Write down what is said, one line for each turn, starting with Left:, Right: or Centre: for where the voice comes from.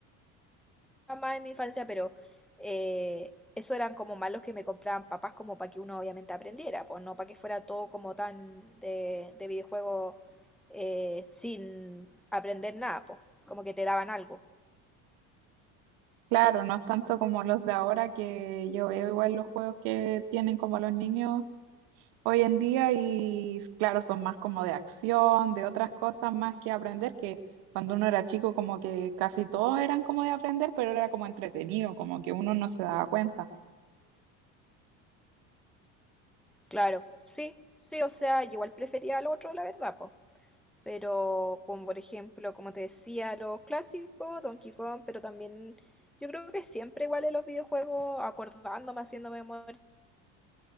Centre: más en mi infancia, pero eh, eso eran como malos que me compraban papás como para que uno obviamente aprendiera, pues no para que fuera todo como tan de, de videojuego eh, sin aprender nada, pues como que te daban algo.
Right: Claro, no es tanto como los de ahora que yo veo igual los juegos que tienen como los niños hoy en día y claro, son más como de acción, de otras cosas más que aprender, que cuando uno era chico como que casi todos eran como de aprender, pero era como entretenido, como que uno no se daba cuenta.
Centre: Claro, sí, sí, o sea, yo igual prefería al otro, la verdad, pues. Pero, como por ejemplo, como te decía, los clásicos, Donkey Kong, pero también yo creo que siempre igual en los videojuegos, acordándome, haciendo memoria,